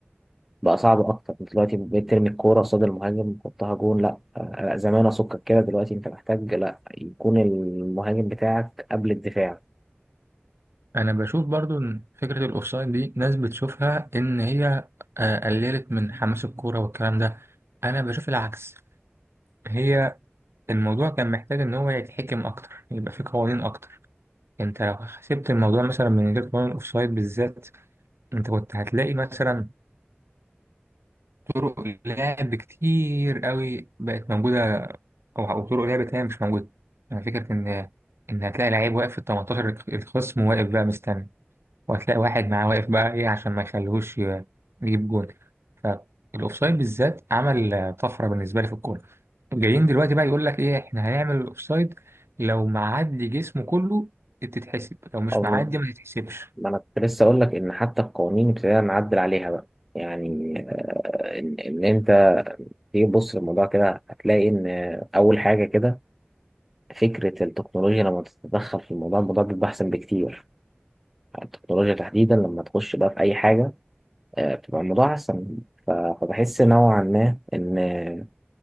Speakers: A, in the centre; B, on the right.
A: بقى صعب اكتر دلوقتي بقيت ترمي الكوره قصاد المهاجم تحطها جون لا آه، زمان اسكك كده دلوقتي انت محتاج لا يكون المهاجم بتاعك قبل الدفاع
B: أنا بشوف برضو إن فكرة الأوفسايد دي ناس بتشوفها إن هي آه، قللت من حماس الكورة والكلام ده أنا بشوف العكس هي الموضوع كان محتاج إن هو يتحكم أكتر يبقى فيه قوانين أكتر انت لو حسبت الموضوع مثلا من غير قانون الاوفسايد بالذات انت كنت هتلاقي مثلا طرق لعب كتير قوي بقت موجوده او أو طرق لعب تانية مش موجوده يعني فكره ان ان هتلاقي لعيب واقف في ال 18 الخصم واقف بقى مستني وهتلاقي واحد معاه واقف بقى ايه عشان ما يخليهوش ي- يجيب جول فالاوفسايد بالذات عمل آه، طفره بالنسبه لي في الكوره جايين دلوقتي بقى يقول لك ايه احنا هنعمل الاوفسايد لو معدي جسمه كله تتحسب لو مش
A: او
B: معدي
A: ن-
B: ما تتحسبش
A: ما انا كنت لسه اقول لك ان حتى القوانين ابتدينا نعدل عليها بقى يعني آه، ان, إن انت تيجي تبص للموضوع كده هتلاقي ان آه، اول حاجه كده فكره التكنولوجيا لما تتدخل في الموضوع الموضوع بيبقى احسن بكتير يعني التكنولوجيا تحديدا لما تخش بقى في اي حاجه آه، بتبقى الموضوع احسن ف- فبحس نوعا ما ان